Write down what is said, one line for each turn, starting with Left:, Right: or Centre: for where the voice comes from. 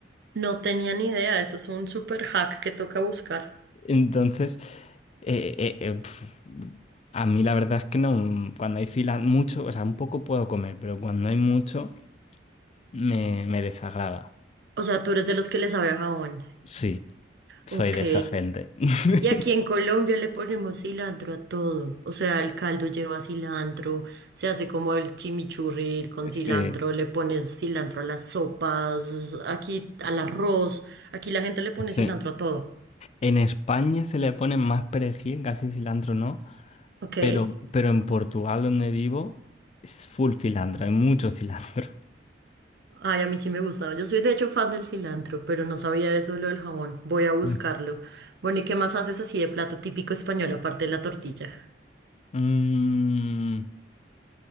Right: No tenía ni idea. Eso es un super hack que toca buscar.
Left: Entonces, eh, eh, eh, pf, a mí la verdad es que no, cuando hay fila mucho, o sea, un poco puedo comer, pero cuando hay mucho me, me desagrada.
Right: O sea, tú eres de los que les sabe a jabón.
Left: Sí, soy
Right: Ok.
Left: de esa gente. <laughs>
Right: Y aquí en Colombia le ponemos cilantro a todo. O sea, el caldo lleva cilantro, se hace como el chimichurri con cilantro,
Left: Sí,
Right: le pones cilantro a las sopas, aquí al arroz. Aquí la gente le pone
Left: sí.
Right: cilantro a todo.
Left: En España se le pone más perejil, casi cilantro no,
Right: Ok.
Left: Pero, pero en Portugal, donde vivo, es full cilantro, hay mucho cilantro.
Right: Ay, a mí sí me gustaba. Yo soy de hecho fan del cilantro, pero no sabía eso de lo del jabón. Voy a buscarlo.
Left: Mm.
Right: Bueno, ¿y qué más haces así de plato típico español aparte de la tortilla?
Left: Mm,